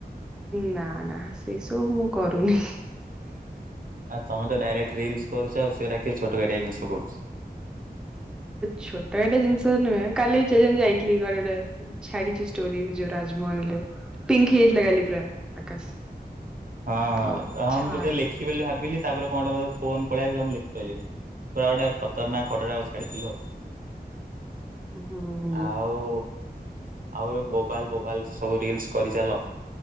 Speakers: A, in the centre; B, on the right.
A: ନା ନା ସେଇ ସବୁ ମୁଁ କରୁନି।
B: ଆ ତମେ ତ ଡାଇରେକ୍ଟ ରିଲସ କରୁଛ ଆଉ ସେଇଗୁଡା କିଏ ଛୋଟ କାଟିଆ ଜିନିଷ କରୁଛି।
A: ଛୋଟ କାଟିଆ ଜିନିଷ ନୁହେଁ, କାଲି ଯେ ଯେମିତି ଯାଇଥିଲି କୁଆଡେ ଗୋଟେ ଛାଡିଛି ଷ୍ଟୋରି ଯୋଉ ରାଜମହଲରେ, ପିଙ୍କ ହେଇ ଯାଇଥିଲା କାଲି ପୁରା ଆକାଶ।
B: ହଁ,
A: ତ
B: ହଁ
A: ଛାଡ
B: ମୁଁ ବୋଧେ ଲେଖିବି ବୋଲି ଭାବିଲି, ତାପରେ କଣ ଗୋଟେ ମତେ ଫୋନ ପଳେଇ ଆସିଲା ମୁଁ ଲେଖି ପାରିଲିନି। ପୁରା ଗୋଟେ ଖତର ନାକ ଫଟୋଟା ଛାଡିଥିଲ ଆଉ।
A: ହୁଁ।
B: ଆଉ ଆଉ ବୋବାଲା ବୋବାଲା ସବୁ ରିଲସ କରିଚାଲ।